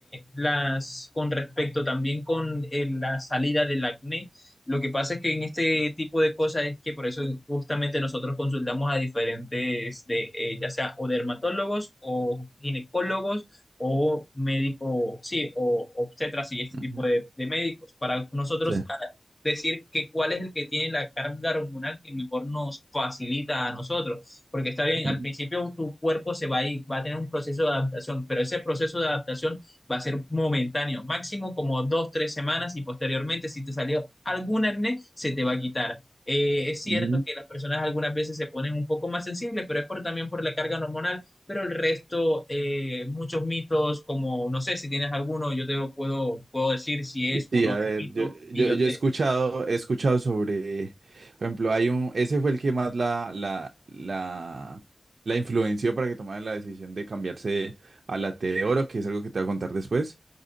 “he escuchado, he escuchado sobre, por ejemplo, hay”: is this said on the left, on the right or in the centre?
Right